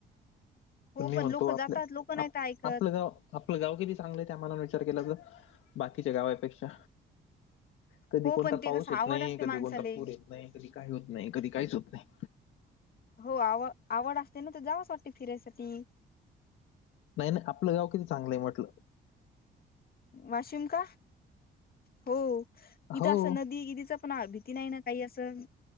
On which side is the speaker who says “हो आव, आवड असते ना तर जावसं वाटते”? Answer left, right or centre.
Left